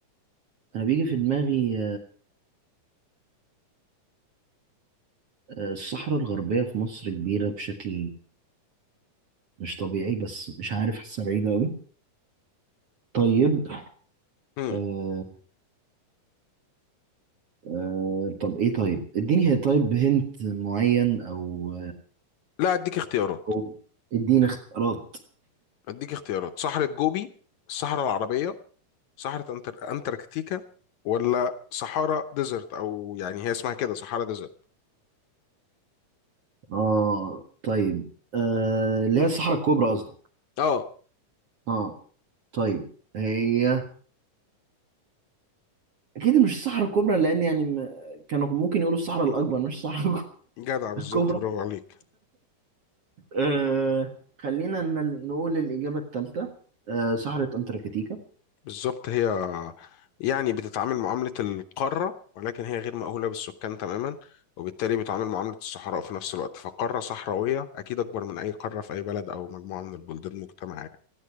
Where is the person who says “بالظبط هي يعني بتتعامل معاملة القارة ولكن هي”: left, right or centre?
Left